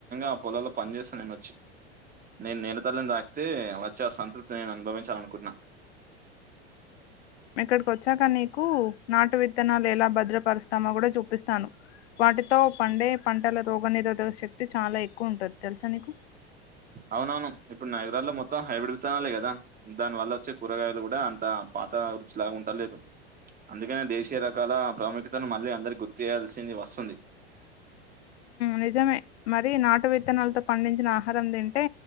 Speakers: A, on the right; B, on the left.
A: ఆ పొలల్లో పనిచేస్త నేనొచ్చి. నేను నేలతల్లిని తాకితే వచ్చి సంతృప్తిని నేను అనుభవించాల అనుకుంటున్నా.
B: ఇక్కడికిచ్చాక నీకు నాటు విత్తన లేలా భద్రపరుస్తామో కూడా చూపిస్తాను. వాటితో పండే పంటల రోగ నిరోధక శక్తి చాలా ఎక్కువ ఉంటుది తెలుసా నీకు
A: అవునవును ఇప్పుడు నాగరాల్లో మొత్తం హై విడిపుతునాలే కదా దాని వల్ల వచ్చే కూరగాయలు కూడా అంత. అంత రచిలాగా ఉండలేదు. అందుకనే దేశీయ రకాల ప్రాముఖ్యతను మళ్ళీ అందరికీ గుర్తు చేయాల్సింది వస్తుంది.
B: నిజమే మరి నాటు విత్తనాలతో పండించిన ఆహారం తింటే